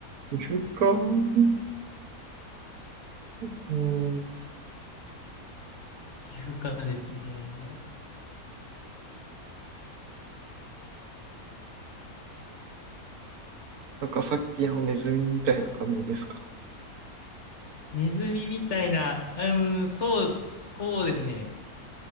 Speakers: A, on the right; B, on the left.
A: 皮膚科うん。
B: 皮膚科ですね。
A: なんかさっきのネズミみたいな感じですか。
B: ネズミみたいな、うーん、そう、そうですね。